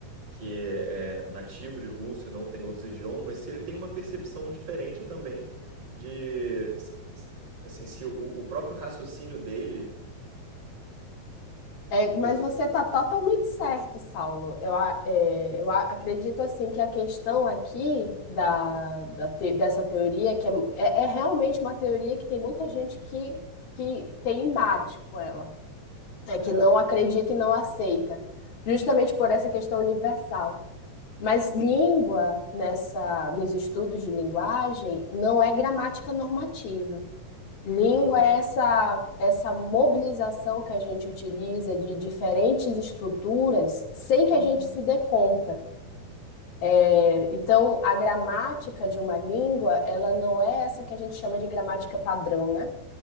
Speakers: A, on the right; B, on the left.
A: que é, nativo de russo e não tem outros idiomas, se ele tem uma percepção diferente também de, se- se- assim, se o, o próprio raciocínio dele
B: é,
A: no,
B: mas você está totalmente certo, Saulo. Eu, a- é, eu a- acredito assim que a questão aqui da, da te- dessa teoria, que é, é é realmente uma teoria que tem muita gente que, que tem embate com ela. é que
A: né?
B: não acredita e não aceita, justamente por essa questão universal. Mas língua, nessa, nos estudos de linguagem, não é gramática normativa. Língua
A: Ah,
B: é essa, essa mobilização que a gente utiliza de diferentes estruturas sem que
A: uhum,
B: a gente se dê conta. É, então, a gramática de uma língua, ela não é essa que a gente chama de gramática padrão, né?